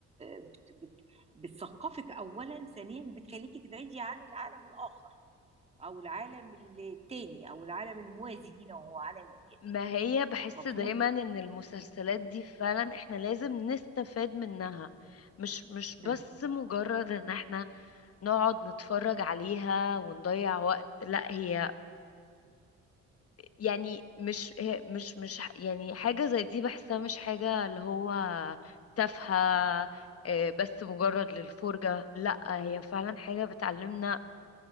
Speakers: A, on the right (about 20°); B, on the left (about 50°).
A: بت بت بتثقفك اولا ثانيا بتخليكي تبعدي عن العالم الاخر او العالم التاني او العالم الموازي لينا وهو عالم الجن
B: ما هي بحس
A: المفروض
B: دايما ان المسلسلات دي فعلا احنا لازم نستفاد منها مش مش بس
A: مم.
B: مجرد ان احنا نقعد نتفرج عليها ونضيع وقت لا هي يعني مش هي- مش مش ح- يعني حاجة زي دي بحسها مش حاجة اللي هو تافهة آه، بس مجرد للفرجة لا هي فعلا حاجة بتعلمنا